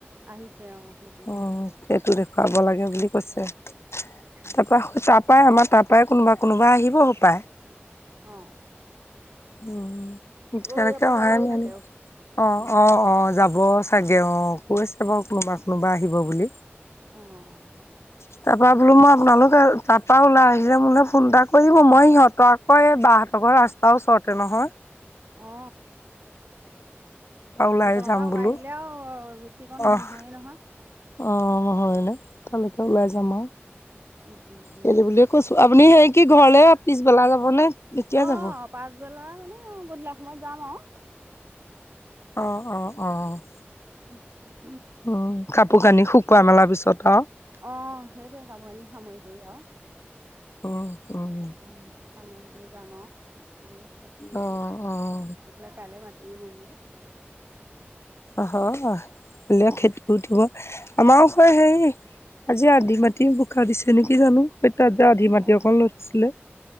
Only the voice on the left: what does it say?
অহ সেইটো দেখুৱাব লাগে বুলি কৈছে
তাৰ পৰা সেই তাত তাৰপাৰাই আমাৰ তাৰ পৰাই কোনোবা কোনোবা আহিব হ'ব পায়।
উম
কেনেকে
সহায়
ন <unintelligible>
অ'
অ' যাব। চাগে অ' কৈ আছে বাৰু কোনোবা কোনোবা আহিব বুলি।
উ <unintelligible> তাৰপৰা বোলো মই আপোনালোক তাৰপৰা ওলাই আহিছে মোলে ফোন এটা কৰিব মই সিহঁতৰ আকৌ এই বা হঁতৰ অকল ৰাস্তা ওচৰতে নহয়
ওলাই
যাম
বোলো
অহ
অ' হয়নে তালৈকে ওলাই
যাম আৰু
গেলি <unintelligible> বুলি। কৈছোঁ, আপুনি সেই কি ঘৰলে পিছবেলা যাব নে? এতিয়া
যাব
অ', অ', অ', অ'।
উ' কাপোৰ -কানি শুকুৱাই মেলা পিছত আৰু
উ, অ'।
অ অ
অ' হয় কাইলৈ খেতিও উঠিব আমাৰো হয় হেৰি আজি আধি মাটি বোকা দিছে নেকি? জানো তাত যে আধি মাটি
অকণ লৈ থৈছিলে।